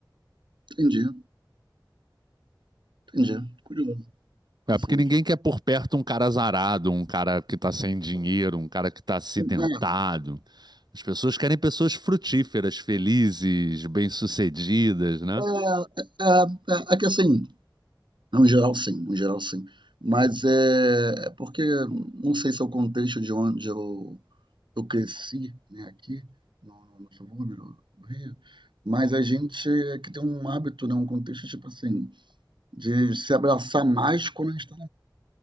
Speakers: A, on the right; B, on the right.
A: Entendi, entendi. Curioso, interessante.
B: É porque ninguém quer por perto um cara azarado, um cara que tá sem dinheiro, um cara que tá acidentado.
A: É,
B: As pessoas querem pessoas frutíferas, felizes, bem-sucedidas, né?
A: é, é, é, é que assim, no geral sim, no geral sim. Mas é, é porque não sei se é o contexto de onde eu, eu cresci, né, aqui no, no subúrbio do Rio, mas a gente é que tem um hábito, né, um contexto tipo assim, de se abraçar mais quando a gente está.